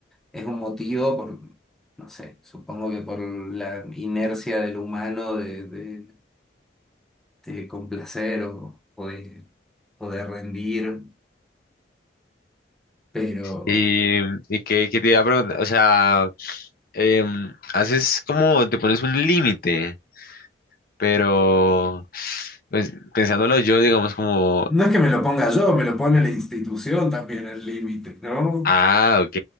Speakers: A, in the centre; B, on the left.
A: es un motivo por, no sé, supongo que por la inercia del humano de, de- de complacer o, o de, o de rendir, pero
B: y, y qué, qué te iba a preguntar, o sea, em, haces como, te pones un límite, pero pues, pensándolo yo, digamos como
A: no es que me lo ponga yo, me lo pone la institución también el límite, ¿no?
B: Ah, ok,